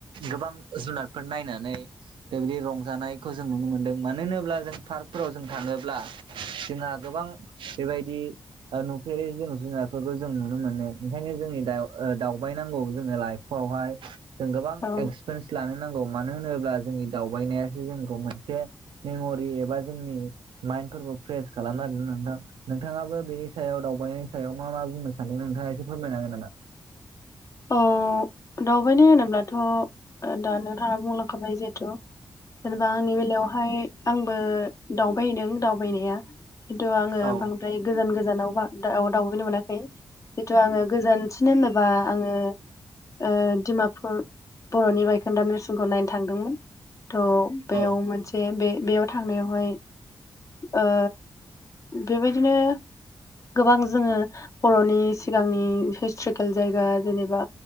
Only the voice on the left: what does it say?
औ
औ दावबायनाय होनोब्लाथ दा नोंथाङा बुंलाखाबाय जिहेथु जेनेबा आंनि बेलायावहाय आंबो दावबायदों दावबायनाया खिन्थु आङो
बांद्राय गोजान गोजानावबा दा दाउ बायनो मोनाखै जिथु आङो गोजानसिन होनोबा आङो ओ दिडमापुर बरनि बायखोन्दा नेरसोनखौ नायनो थांदोंमोन थ बेयाव
मोनसे बे बेयाव थांनायावहाय ओ बेबायदिनो गोबां जोङो बरनि सिगांनि हिस्टरकेल जायगा जेनेबा